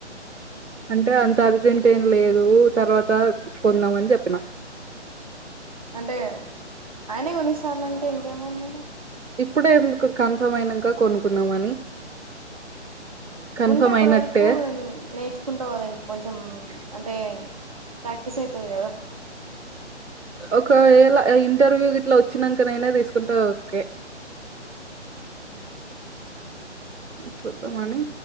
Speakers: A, on the right; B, on the right.
A: అంటే అంత అర్జెంటేం లేదు తర్వాత కొందామని చెప్పినా
B: అంటే ఆయనే కొనిస్తా అన్నాంకే ఇంకేమైంది మీరు
A: ఇప్పుడే ఎందుకు కన్ఫమ్ అయినాంక కొనుక్కుందాం అని కన్ఫర్మ్
B: ఉంటే అప్పుటి
A: అయినట్టే
B: వరకూ నేర్చుకుంటావు కదా ఇంక్ కొంచెం అంటే ప్రాక్టీస్ ఐతుది గదా
A: ఒకవేళ ఇంటర్వ్యూ గిట్లా వచ్చినంక నైనా తీసుకుంటే ఓకే
B: ఊహూ
A: చూద్దాం అని